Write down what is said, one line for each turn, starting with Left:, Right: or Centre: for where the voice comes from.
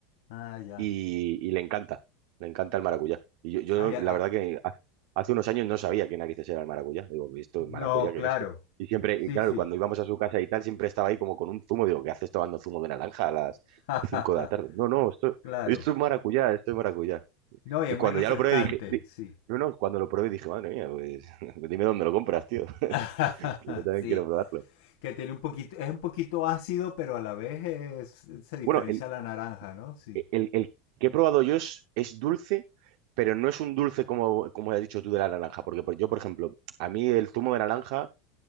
Left: Ah, ya.
Right: y, y le encanta, le encanta el maracuyá. Y yo, yo,
Left: Ah, ya.
Right: la
Left: ah.
Right: verdad que ha- hace unos años no sabía qué narices era el maracuyá. Digo, ¿esto es maracuyá?
Left: No, claro.
Right: ¿Qué es esto? Y siempre,
Left: Sí,
Right: y claro,
Left: sí.
Right: cuando íbamos a su casa y tal, siempre estaba ahí como con un zumo. Digo, ¿qué haces tomando zumo de naranja a las
Left: <laughs>
Right: 5 de la tarde? No, no, esto,
Left: Claro.
Right: esto es maracuyá, esto es maracuyá.
Left: No, y es
Right: Y
Left: muy
Right: cuando
Left: refrescante,
Right: ya lo probé dije... di-
Left: sí.
Right: no, no, cuando lo probé dije, madre mía, pues <laughs> dime dónde lo compras, tío, <laughs>
Left: <laughs>
Right: que yo también
Left: Sí.
Right: quiero probarlo.
Left: Que tiene un poquito, es un poquito ácido, pero a la vez es- se diferencia
Right: Bueno, el,
Left: a la naranja, ¿no? Sí,
Right: el- el que he probado yo es, es dulce, pero no es un dulce como, como has dicho tú de la naranja, porque por- yo, por ejemplo, a mí el zumo de naranja,